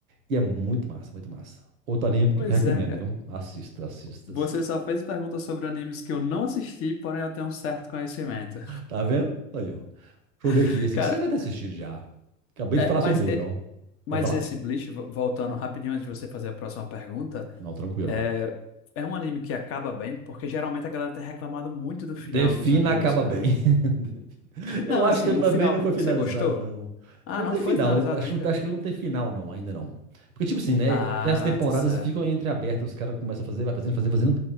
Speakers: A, on the right; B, on the left.
A: E é muito massa, muito massa. Outro anime que
B: Pois
A: eu recomendo,
B: é, cara.
A: viu? Assista, assista,
B: Você
A: assista.
B: só fez perguntas sobre animes que eu não assisti, porém eu tenho um certo conhecimento.
A: Tá vendo? Aí, ó. Deixa eu ver
B: <laughs>
A: aqui. Esse
B: Cara,
A: aqui você deve ter assistido já. Acabei
B: é,
A: de falar
B: mas,
A: sobre
B: é,
A: ele, ó.
B: mas
A: Pode falar.
B: esse Bleach, vo- voltando rapidinho antes de você fazer a próxima pergunta,
A: Não, tranquilo.
B: É, é um anime que acaba bem, porque geralmente a galera tem reclamado muito do final
A: Defina
B: dos animes,
A: acaba
B: cara.
A: bem. <laughs> Eu
B: Não,
A: acho
B: assim,
A: que ele
B: o
A: também
B: final,
A: não foi finalizado,
B: você gostou?
A: não.
B: Ah,
A: Não
B: não
A: tem
B: foi
A: final.
B: finalizado
A: Acho,
B: ainda?
A: acho que ele não tem final, não, ainda não. Porque, tipo assim, né?
B: Ah,
A: Tem as temporadas
B: tá certo.
A: que ficam entreabertas, os caras começam a fazer, vai fazendo, fazendo, fazendo,